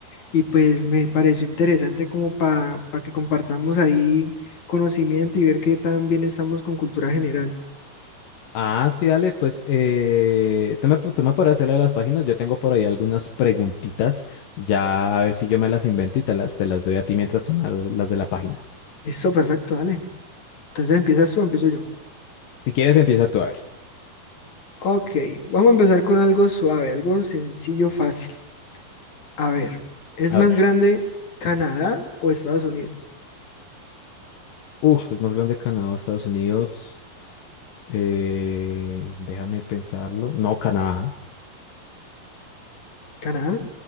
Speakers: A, on the left; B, on the left.
A: Y pues me pareció interesante como para que compartamos ahí conocimiento y ver qué tan bien estamos con cultura general.
B: Ah, sí, dale, pues eh, tú me, pu- tú me podrás hacerle a las páginas. Yo tengo por ahí algunas preguntitas. Ya a ver si yo me las invento y te las, te las doy a ti mientras tú me das las, las de la página.
A: Listo, perfecto, dale. Entonces empiezas tú, o empiezo yo.
B: Si quieres, empieza tú a ver.
A: Ok, vamos a empezar con algo suave, algo sencillo, fácil. A ver, ¿es
B: A
A: más
B: ver.
A: grande Canadá o Estados Unidos?
B: Uf, es más grande Canadá o Estados Unidos. Eh, déjame pensarlo. No, Canadá.
A: Canadá.